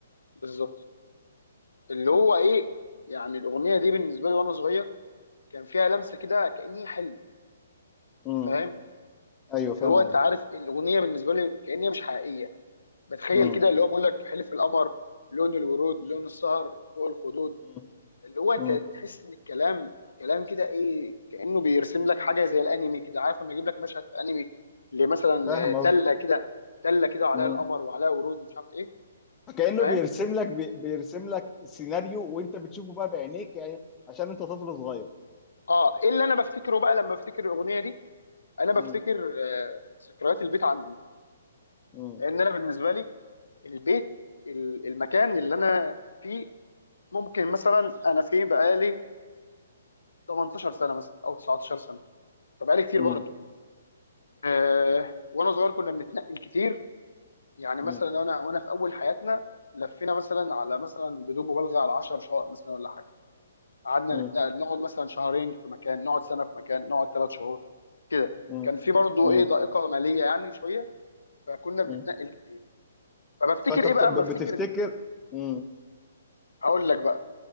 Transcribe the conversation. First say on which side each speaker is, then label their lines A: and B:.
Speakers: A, on the left; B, on the left.
A: بالظبط اللي هو ايه يعني الاغنيه دي بالنسبه لي وانا صغير كان فيها لمسه كده كاني حلم
B: امم
A: فاهم
B: ايوه
A: اللي
B: فاهم
A: هو
B: قصدي
A: انت عارف الاغنيه بالنسبه لي كأن هي مش حقيقيه بتخيل
B: امم
A: كده اللي هو بيقول لك حلف القمر لون الورود
B: امم
A: لون السهر فوق الخدود
B: امم
A: اللي هو انت
B: أمم.
A: تحس ان الكلام كلام كده ايه كأنه بيرسم لك حاجه زي الانمي كده عارف لما يجيب لك مشهد في انمي لمثلا
B: فاهم
A: آه، تله
B: قصدي
A: كده تله كده وعليها
B: امم
A: القمر وعليها ورود مش عارف ايه
B: فكأنه
A: فاهم
B: بيرسم لك بي- بيرسم لك سيناريو وانت بتشوفه بقى بعينيك يعني عشان انت طفل صغير
A: اه ايه اللي انا بفتكره بقى لما بفتكر الاغنيه دي انا بفتكر
B: امم
A: آه، ذكريات البيت عندنا
B: امم
A: لان انا بالنسبه لي البيت ال- المكان اللي انا فيه ممكن مثلا انا فين بقالي 18 سنه مثلا او 19 سنه فبقالي كتير
B: امم
A: برضه أه وانا صغير كنا بنتنقل كتير يعني مثلا
B: امم
A: وانا وانا في اول حياتنا لفينا مثلا على مثلا بدون مبالغه على 10 شقق مثلا ولا حاجه قعدنا
B: امم
A: نتنقل نقعد مثلا شهرين في مكان نقعد سنه في مكان نقعد ثلاث شهور كده
B: امم
A: كان في برضه
B: امم
A: ايه ضائقه ماليه يعني شويه فكنا بنتنقل
B: أمم.
A: كتير فبفتكر
B: فانت
A: ايه
B: بت-
A: بقى اما افتكر
B: بتفتكر امم
A: هقول لك بقى